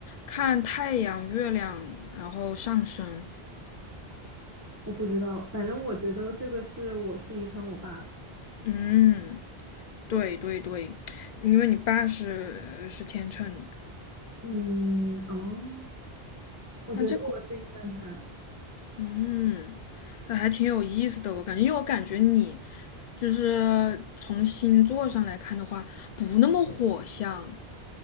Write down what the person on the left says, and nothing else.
看太阳、月亮，然后上升。
嗯，对对对，因为你爸是是天秤，
但这个嗯，那还挺有意思的。我感觉，因为我感觉你就是从星座上来看的话，不那么火象，